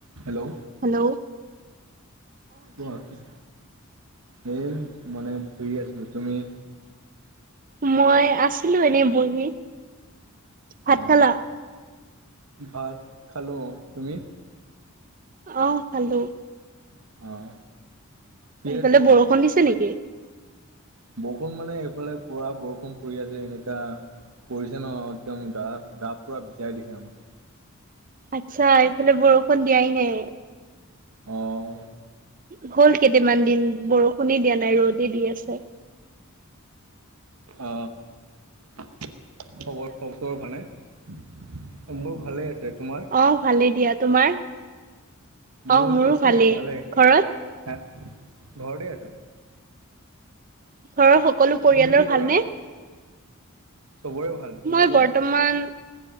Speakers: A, on the right; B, on the right.
A: Hello
B: hello
A: কোৱা কি এ মানে ঘুৰি আছিলো তুমি
B: মই আছিলো এনেই বহি ভাত
A: অঁ
B: খালা
A: ভাত খালোঁ তুমি
B: অ খালোঁ
A: অঁ কিহেৰে
B: হেফালে
A: খাইছা
B: বৰষুণ দিছে নেকি
A: বৰষুণ মানে এইফালে পুৰা বৰষুণ পৰি আছে এনেকা পৰিছে ন একদম গা গা পুৰা ভিজাই দিছে আমাক
B: আচ্ছা এইফালে বৰষুণ দিয়াই নাই
A: অঁ
B: হ'ল কেইটামান দিন বৰষুণে দিয়া নাই ৰ'দে দি আছে
A: অ খবৰ খবৰ চবৰ ভাল নে অ মোৰ ভালে আছে তোমাৰ
B: অ ভালেই দিয়া তোমাৰ
A: মোৰ
B: অ মোৰো
A: আছে ভালেই
B: ঘৰত?
A: তাৰ ঘৰতে আছোঁ
B: ঘৰৰ সকলো পৰিয়ালৰ
A: তুমি কি
B: ভালনে?
A: কৰা চবৰে ভাল তোমালোকৰ
B: মই বৰ্তমান